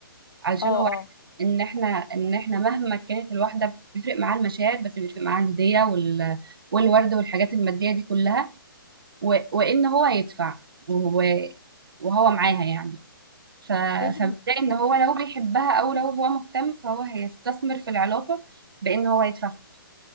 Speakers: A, on the right; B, on the left.
A: علشان
B: اه
A: هو عارف
B: اه
A: ان احنا ان احنا مهما كانت الواحده بيفرق معاها المشاعر بس بيفرق معاها الهديه وال والورد والحاجات الماديه دي كلها و... وان هو يدفع و... وهو معاها يعني ف...
B: طب انت
A: فبتلاقي ان هو لو بيحبها او لو هو مهتم فهو هيستثمر في العلاقه بان هو يدفع فلوس